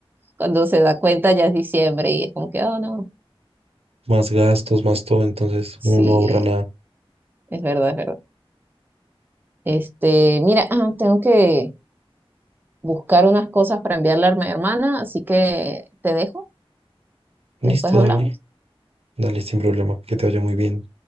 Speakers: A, on the right; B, on the right.
A: cuando se da cuenta ya es diciembre y es como que, oh, no.
B: Más gastos, más todo, entonces
A: Sí,
B: uno no ahorra nada.
A: es verdad, es verdad. Este, mira, ah, tengo que buscar unas cosas para enviarle a mi hermana, así que te dejo
B: Listo,
A: y después hablamos.
B: dale, dale sin problema, que te vaya muy bien.